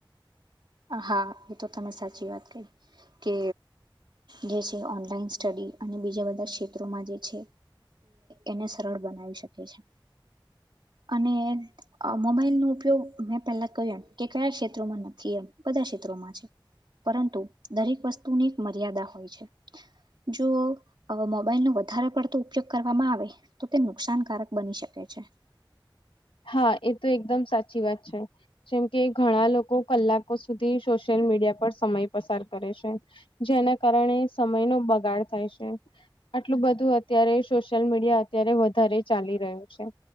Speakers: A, on the right; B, on the left.
A: હા એ તો તમે સાચી વાત કહી, કે જે છે ઓનલાઈન સ્ટડી અને બીજા બધા ક્ષેત્રોમાં જે છે, એને સરળ બનાવી શકે છે, અને અ મોબાઈલ નો ઉપયોગ મેં પહેલા કહ્યું એમ કે કયા ક્ષેત્રોમાં નથી એમ. બધા ક્ષેત્રોમાં છે, પરંતુ દરેક વસ્તુની એક મર્યાદા હોય છે. જો મોબાઈલ નો વધારે પડતો ઉપયોગ કરવામાં આવે તો તે નુકસાનકારક બની શકે છે.
B: હા એ તો એકદમ સાચી વાત છે. જેમ કે ઘણા લોકો કલાકો સુધી સોશિયલ મીડિયા પર સમય પસાર કરે છે. જેના કારણે સમય નો બગાડ થાય છે. આટલું બધું અત્યારે સોશિયલ મીડિયા અત્યારે વધારે ચાલી રહ્યું છે,